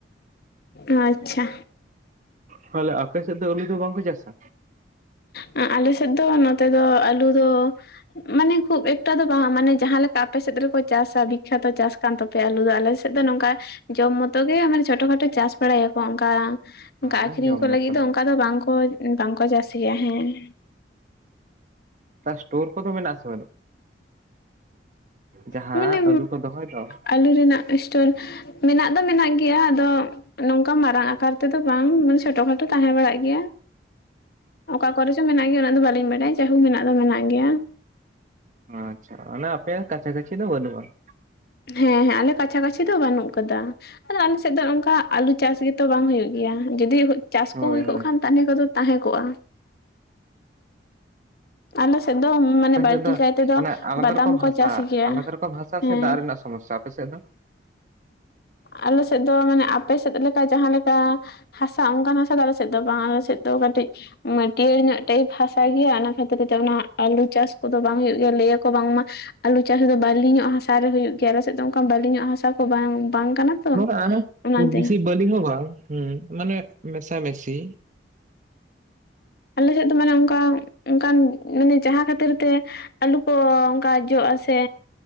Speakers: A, on the left; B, on the right.
A: ᱟᱪᱪᱷᱟ ᱾
B: ᱛᱟᱦᱚᱞᱮ ᱟᱯᱮ ᱥᱮᱫ ᱫᱚ ᱟᱹᱞᱩ ᱫᱚ ᱵᱟᱝᱠᱚ ᱪᱟᱥᱟ?
A: ᱟᱞᱮ ᱥᱮᱫ ᱫᱚ ᱱᱚᱛᱮ ᱫᱚ ᱟᱹᱞᱩ ᱫᱚ ᱾ ᱢᱟᱱᱮ ᱠᱷᱩᱵ ᱮᱠᱴᱟ ᱫᱚ ᱵᱟᱝ ᱢᱟᱱᱮ ᱡᱟᱦᱟᱸᱞᱮᱠᱟ ᱟᱯᱮ ᱥᱮᱫ ᱨᱮᱠᱚ ᱪᱟᱥᱟ ᱵᱤᱠᱷᱟᱛᱚ ᱪᱟᱥ ᱠᱟᱱ ᱛᱟᱯᱮᱭᱟ ᱟᱞᱩ ᱫᱚ ᱟᱞᱮ ᱥᱮᱫ ᱾ ᱟᱫᱚ ᱱᱚᱝᱠᱟ ᱡᱚᱢ ᱢᱚᱛᱚ ᱜᱮ ᱢᱟᱱᱮ ᱪᱷᱳᱚᱴᱚ ᱠᱷᱟᱴᱚ ᱪᱟᱥ ᱵᱟᱲᱟᱭᱟᱠᱚ ᱚᱱᱠᱟ ᱾ ᱚᱱᱠᱟ
B: ᱦᱮᱸ
A: ᱟᱠᱷᱨᱤᱧ
B: ᱡᱚᱢ
A: ᱠᱚ
B: ᱢᱚᱛᱚ
A: ᱞᱟᱹᱜᱤᱫ ᱫᱚ
B: ᱦᱮᱸ
A: ᱚᱱᱠᱟ ᱫᱚ ᱵᱟᱝᱠᱚ ᱵᱟᱝᱠᱚ ᱪᱟᱥᱤᱭᱟ ᱦᱮᱸ ᱾
B: ᱥᱴᱳᱨ ᱠᱚᱫᱚ ᱢᱮᱱᱟᱜ ᱥᱮ ᱵᱟᱝ? ᱡᱟᱦᱟᱸ
A: ᱢᱟᱱᱮ
B: ᱟᱹᱞᱩ ᱠᱚ ᱫᱚᱦᱚᱭ ᱫᱚ ᱾
A: ᱟᱹᱞᱩ ᱨᱮᱱᱟᱜ ᱥᱴᱳᱨ ᱢᱮᱱᱟᱜ ᱫᱚ ᱢᱮᱱᱟᱜ ᱜᱮᱭᱟ ᱟᱫᱚ ᱾ ᱱᱚᱝᱠᱟ ᱢᱟᱨᱟᱝ ᱟᱠᱟᱨ ᱛᱮᱫᱚ ᱵᱟᱝ ᱢᱟᱱᱮ ᱪᱷᱳᱴᱳ ᱠᱷᱟᱴᱳ ᱛᱟᱦᱮᱸ ᱵᱟᱲᱟᱜ ᱜᱮᱭᱟ ᱾ ᱚᱠᱟ ᱠᱚᱨᱮ ᱪᱚ ᱢᱮᱱᱟᱜ ᱜᱮᱭᱟ ᱩᱱᱟᱹᱜ ᱫᱚ ᱵᱟᱹᱞᱤᱧ ᱵᱟᱰᱟᱭᱟ ᱡᱟᱹᱦᱩ ᱢᱮᱱᱟᱜ ᱫᱚ ᱢᱮᱱᱟᱜ ᱜᱮᱭᱟ ᱾
B: ᱟᱪᱪᱷᱟ ᱟᱯᱮᱭᱟᱜ ᱠᱟᱪᱷᱟ ᱠᱟᱪᱷᱤ ᱫᱚ ᱵᱟᱹᱱᱩᱜᱼᱟ ᱾
A: ᱦᱮᱸ ᱦᱮᱸ ᱟᱞᱮ ᱠᱟᱪᱷᱟ ᱠᱟᱪᱷᱤ ᱫᱚ ᱵᱟᱹᱱᱩᱜ ᱟᱠᱟᱫᱟ ᱟᱫᱚ ᱟᱞᱮᱥᱮᱫ ᱫᱚ ᱱᱚᱝᱠᱟ ᱟᱞᱩ ᱪᱟᱥ ᱜᱮ ᱾ ᱛᱚ ᱵᱟᱝ ᱦᱩᱭᱩᱜ ᱜᱮᱭᱟ ᱡᱩᱫᱤ ᱪᱟᱥ
B: ᱦᱳᱭ
A: ᱠᱚ ᱦᱩᱭ ᱠᱚᱜ
B: ᱦᱳᱭ
A: ᱠᱷᱟᱱ ᱛᱟᱦᱚᱞᱮ ᱛᱟᱜᱤ ᱠᱚᱫᱚ ᱛᱟᱦᱮᱸ ᱠᱚᱜᱼᱟ ᱾ ᱟᱞᱮ ᱥᱮᱫ ᱫᱚ ᱢᱟᱱᱮ
B: ᱟᱯᱮ
A: ᱵᱟᱹᱲᱛᱤ
B: ᱥᱮᱫ ᱫᱚ
A: ᱠᱟᱭ ᱛᱮᱫᱚ
B: ᱢᱟᱱᱮ ᱟᱞᱟᱫᱟ
A: ᱵᱟᱫᱟᱢ
B: ᱨᱚᱠᱚᱢ
A: ᱠᱚ
B: ᱦᱟᱥᱟ
A: ᱪᱟᱥ ᱜᱮᱭᱟ
B: ᱟᱞᱟᱫᱟ ᱨᱚᱠᱚᱢ ᱦᱟᱥᱟ
A: ᱦᱮᱸ
B: ᱥᱮ ᱫᱟᱜ ᱨᱮᱱᱟᱜ ᱥᱚᱢᱚᱥᱥᱟ? ᱟᱯᱮ ᱥᱮᱫ ᱫᱚ?
A: ᱟᱞᱮ ᱥᱮᱫ ᱫᱚ ᱢᱟᱱᱮ ᱟᱯᱮ ᱥᱮᱫ ᱞᱮᱠᱟ ᱡᱟᱦᱟᱸ ᱞᱮᱠᱟ ᱦᱟᱥᱟ ᱚᱱᱠᱟᱱ ᱦᱟ ᱥᱟᱛᱟᱞ ᱥᱮᱫ ᱫᱚ ᱵᱟᱝ ᱟᱞᱮ ᱥᱮᱫ ᱫᱚ ᱠᱟᱹᱴᱤᱡ ᱢᱟᱹᱴᱭᱟᱹᱲ ᱧᱚᱜ ᱴᱟᱭᱤᱯ ᱦᱟᱥᱟ ᱜᱮᱭᱟ᱾ ᱚᱱᱟ ᱠᱷᱟᱹ ᱦᱚᱛᱫ ᱛᱮ ᱚᱱᱟ ᱟᱹᱞᱩ ᱪᱟᱹᱥ ᱠᱚᱫᱚ ᱵᱟᱝ ᱦᱳᱭᱳᱜ ᱜᱮᱭᱟ᱾ ᱞᱟᱹᱭ ᱟᱠᱚ ᱵᱟᱝᱢᱟ ᱟᱹᱞᱩ ᱪᱟᱹᱥ ᱫᱚ ᱵᱟᱹᱞᱤ ᱧᱚᱜ ᱦᱟᱥᱟ ᱨᱮ ᱦᱩᱭᱩᱜᱭ ᱜᱮᱭᱟ᱾ ᱟᱞᱮ ᱥᱮᱫ ᱫᱚ ᱚᱱᱠᱟ ᱵᱟᱹᱞᱤ ᱧᱚᱜ ᱦᱟᱥᱟ ᱠᱚ ᱵᱟᱝ ᱵᱟᱝ ᱠᱟᱱᱟ᱾
B: ᱵᱟᱝ
A: ᱚ ᱚᱱᱟ
B: ᱠᱷᱩᱵ
A: ᱛᱮ᱾
B: ᱵᱮᱥᱤ ᱵᱟᱹᱞᱤ ᱦᱚᱸ ᱵᱟᱝ ᱦᱩᱸ ᱢᱟᱱᱮ ᱢᱮᱥᱟ ᱢᱮᱥᱤ᱾
A: ᱟᱞᱮ ᱥᱮᱫ ᱫᱚ ᱢᱟᱱᱮ ᱚᱱᱠᱟ ᱚᱱᱠᱟᱱ ᱢᱟᱱᱮ ᱡᱟᱦᱟᱸ ᱠᱷᱟᱹᱛᱤᱨ ᱛᱮ ᱟᱹᱞᱩ ᱠᱚ ᱚᱱᱠᱟ ᱡᱚᱜ-ᱟ ᱥᱮ